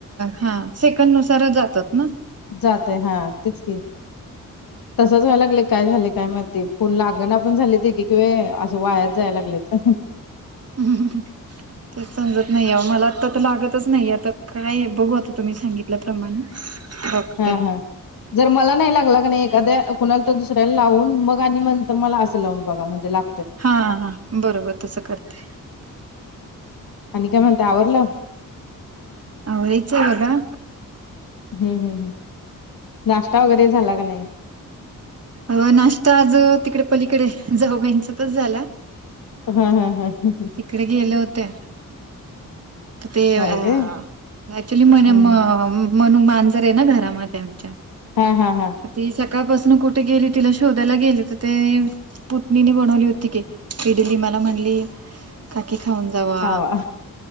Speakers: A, on the right (about 45°); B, on the left (about 80°).
A: हा सेकंड नुसारच जातात ना?
B: जातय हा, तेच कि तसच व्हायला लागलय, काय झालेय काय ते फोन लागना पण झालेत एक एक वेळ, किवा असं वायात जायला लागलेत.
A: हम. ते समजत नाही आहो, मला आता तर लागतच नाही, आता काय बघू आता तुम्ही सांगितल्याप्रमाणे बघते.
B: हा हा जर मला नाही लागला का नाही एखाद्या कुणाला तर दुसऱ्याला लावून, मग आणि नंतर मला असं लावून बघा म्हणजे ला
A: हा. हा. बरोबर तसं करते.
B: आणि काय म्हणताय, आवरलं?
A: आवरायचं आहे बघा
B: हम्म, हम्, हम्. नाश्ता वगैरे झाला का नाही?
A: अ नाश्ता आज तिकडे पलीकडे, जाऊबाईच्यातच झाला.
B: हा. हा. हा. हा.
A: तिकडे गेले होते. ते
B: होय
A: अ
B: काय
A: ऍक्च्युली म्हणे,
B: हा
A: मनू म्हणून मांजर आहे ना घरामध्ये आमच्या
B: हा. हा. हा.
A: ती सकाळपासून कुठे गेली, तिला शोधायला गेले तर ते पुतनीने बनवली होती, क इडली मला म्हणली काकी खाऊन जावा.
B: खावा